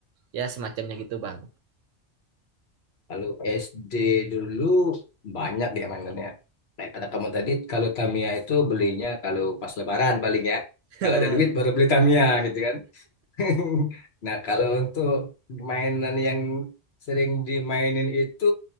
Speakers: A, on the right (about 90°); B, on the left (about 60°).
A: ya semacamnya gitu Bang.
B: kalau SD dulu banyak ya mainannya. Kayak kata kamu tadi, kalau Tamiya itu belinya kalau pas Lebaran paling ya.
A: <laughs>
B: Kalau ada duit baru beli Tamiya gitu kan. <laughs> Nah, kalau untuk mainan yang sering dimainin itu